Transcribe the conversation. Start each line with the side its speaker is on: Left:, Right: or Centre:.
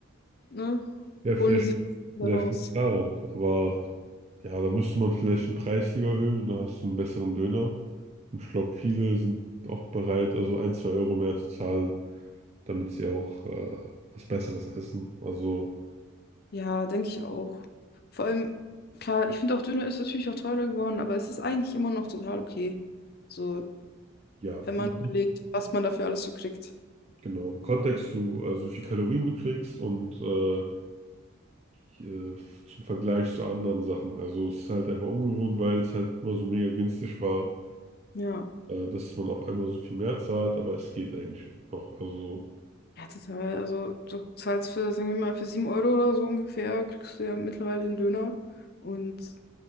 Left: ne,
Right: Ja, vielleicht,
Left: holen die sich da
Right: vielleicht
Left: raus.
Right: liegt es daran. Aber ja, da müsste man vielleicht den Preis lieber erhöhen und dann hast du einen besseren Döner. Und ich glaube, viele sind auch bereit, also ein, zwei Euro mehr zu zahlen, damit sie auch äh, was Besseres essen. Also
Left: Ja, denke ich auch. Vor allem, klar, ich finde auch Döner ist natürlich auch teurer geworden, aber es ist eigentlich immer noch total okay. So,
Right: ja,
Left: wenn man
Right: mhm.
Left: überlegt, was man dafür alles so kriegt.
Right: genau. Im Kontext zu, also wie viel Kalorien du kriegst und äh, hier, zum Vergleich zu anderen Sachen. Also es ist halt einfach ungewohnt, weil es halt immer so mega günstig war,
Left: Ja.
Right: äh, dass man auf einmal so viel mehr zahlt, aber es geht eigentlich noch. Also.
Left: Ja, total. Also du zahlst für, sagen wir mal, für 7 Euro oder so ungefähr, kriegst du ja mittlerweile den Döner. Und